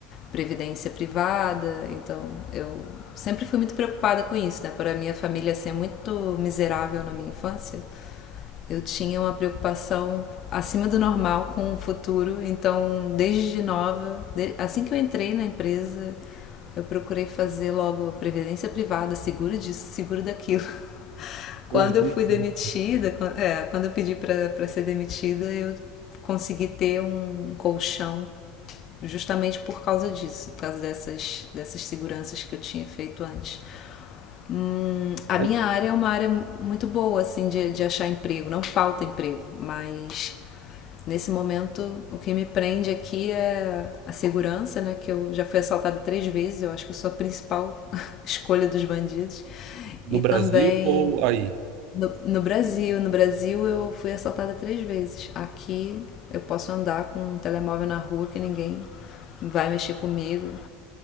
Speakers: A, on the left (about 30°); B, on the right (about 45°).
A: previdência privada, então eu sempre fui muito preocupada com isso, né? Por a minha família ser muito miserável na minha infância, eu tinha uma preocupação acima do normal com o futuro, então desde nova, assim que eu entrei na empresa, eu procurei fazer logo previdência privada, seguro disso, seguro daquilo. <laughs>
B: uns
A: Quando
B: demais,
A: eu fui
B: sim.
A: demitida, é, quando eu pedi para ser demitida, eu consegui ter um colchão justamente por causa disso, por causa dessas, dessas seguranças que eu tinha feito antes. Hum, a
B: Mas
A: minha área é uma área muito boa, assim, de, de achar emprego. Não falta emprego, mas nesse momento o que me prende aqui é a segurança, né? Que eu já fui assaltada três vezes, eu acho que eu sou a principal <laughs> escolha dos bandidos.
B: No
A: E
B: Brasil
A: também
B: ou aí?
A: no, no Brasil. No Brasil eu fui assaltada três vezes. Aqui eu posso andar com um telemóvel na rua que ninguém vai mexer comigo.